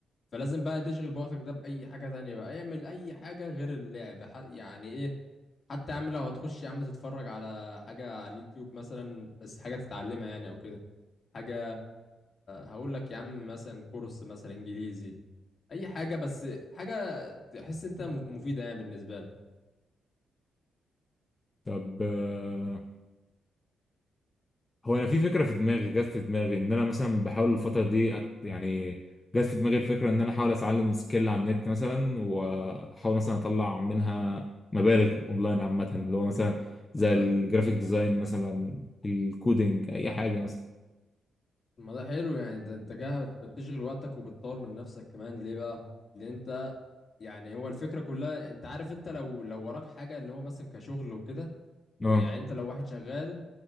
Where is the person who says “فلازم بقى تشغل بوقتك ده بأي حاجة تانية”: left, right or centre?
Left